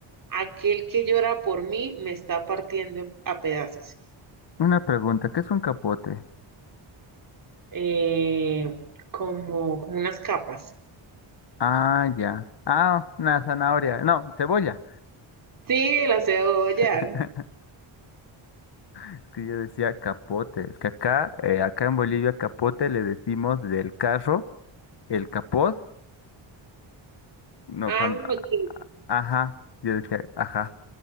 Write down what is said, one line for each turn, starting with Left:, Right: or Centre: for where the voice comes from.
Right: Aquel que llora por mí me está partiendo a pedazos.
Left: Una pregunta, ¿qué es un capote?
Right: Eh, como, como unas capas.
Left: Ah, ya. Ah, una zanahoria. No, cebolla.
Right: Sí, la cebolla.
Left: <laughs> Es que yo decía capote. Es que acá, eh, acá en Bolivia, capote le decimos del carro, el capot. No,
Right: Ah,
Left: cuando.
Right: ok.
Left: a- a- Ajá, yo decía, ajá,